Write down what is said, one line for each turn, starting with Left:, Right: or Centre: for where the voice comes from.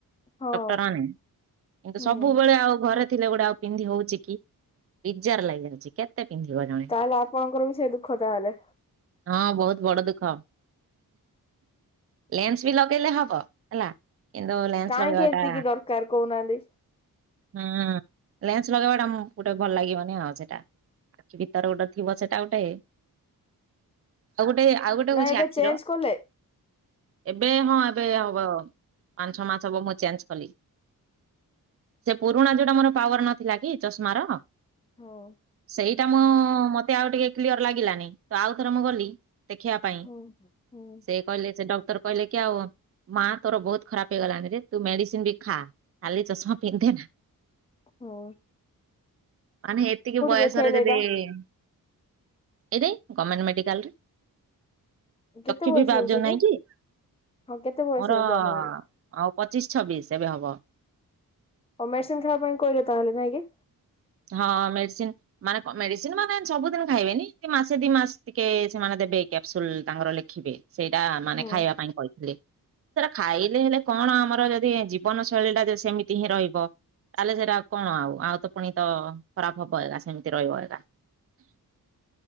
Left: ହଁ
Right: ଡକ୍ଟରମାନେ କିନ୍ତୁ
Left: ହୁଁ
Right: ସବୁବେଳେ ଆଉ ଘରେ ଥିଲା ଗୋଟେ ଆଉ ପିନ୍ଧି ହଉଛି କି ବିଜାର ଲାଗି ଯାଉଛି କେତେ ପିନ୍ଧିବ ଜଣେ।
Left: ତାହେଲେ ଆପଣଙ୍କର ବି ସେ ଦୁଃଖ ତାହା ହେଲେ?
Right: ହଁ ବହୁତ ବଡ ଦୁଃଖ। ଲେନ୍ସ ବି ଲଗେଇଲେ ହବ ହେଲା। କିନ୍ତୁ ଲେନ୍ସ
Left: କାହିଁକି
Right: ଲଗେଇବାଟା
Left: ଏତିକି ଦରକାର କହୁନାହାନ୍ତି?
Right: ହୁଁ ଲେନ୍ସ ଲଗେଇବାଟା ଗୋଟେ ଭଲ ଲାଗିବନି ଆଉ ସେଇଟା। ସେ ଭିତରେ ଗୋଟେ ଥିବ ସେଟା ଗୋଟେ ଆଉ ଗୋଟେ ଆଉ ଗୋଟେ
Left: ନାଇଁ
Right: ହଉଛି
Left: ଏବେ
Right: ଆଖିର
Left: ଚେଞ୍ଜ କଲେ
Right: ଏବେ ହଁ ଏବେ ହବ ପାଞ୍ଚ, ଛଅ ମାସ ହବ ମୁଁ ଚେଞ୍ଜ କଲି। ସେ ପୁରୁଣା ଯୋଉଟା ମୋର ପାୱାର ନଥିଲା କି ଚଷମାର
Left: ହଁ
Right: ସେଇଟା ମୁଁ ମତେ ଆଉ ଟିକେ କ୍ଲିଅର ଲାଗିଲାନି ତ ଆଉଥରେ ମୁଁ ଗଲି ଦେଖିବା ପାଇଁ
Left: ହୁଁ ହୁଁ
Right: ସେ କହିଲେ ସେ ଡକ୍ଟର କହିଲେ କି ଆଉ ମା ତୋର ବୋହୁତ ଖରାପ ହେଇଗଲାଣି ରେ ତୁ ମେଡିସିନ ବି ଖା ଖାଲି ଚଷମା ପିନ୍ଧେ ନା।
Left: ହଁ।
Right: ମାନେ ଏତିକି ବୟସରେ
Left: ଦେଖେଇଲେ
Right: ଯେଦି
Left: ଏଇଟା
Right: ଏଇଟି ଗମେଣ୍ଟ ମେଡିକାଲରେ।
Left: କେତେ
Right: ଚକ୍ଷି
Left: ବୟସ
Right: ବି ବାର୍ଜ
Left: ହଉଛି
Right: ନାଇଁ କି ମୋର
Left: ହଁ କେତେ ବୟସ ହଉଛି ଆପଣଙ୍କୁ?
Right: ଆଉ ପଚିଶ୍ ଛବିଶ୍ ଏବେ ହବ।
Left: ହୋଉ ମେଡିସିନ୍ ଖବା ପାଇଁ କହିଲେ ତାହେଲେ ନାଇଁ କି?
Right: ହଁ ମେଡିସିନ୍ ମାନେ କଁ ମେଡିସିନି ମାନେ ସବୁଦିନି ଖାଇବେନି ସେ ମାସେ ଦି ମାସ ଟିକେ ସେମାନେ ଦେବେ କ୍ୟାପସୁଲ୍ ତାଙ୍କର ଲେଖିବେ। ସେଇଟା ମାନେ
Left: ହଁ
Right: ଖାଇବା ପାଇଁ କହିଥିଲେ। ସେରା ଖାଇଲେ ହେଲେ କଣ ଆମର ଯଦି ଜୀବନ ଶୈଳୀ ଟା ସେମିତି ହିଁ ରହିବ ତାହେଲେ ସେଇଟା କଣ ଆଉ ଆଉ ତ ଫୁଣି ତ ଖରାପ ହବ ଏରା ସେମିତି ରହିବ ଏଗା।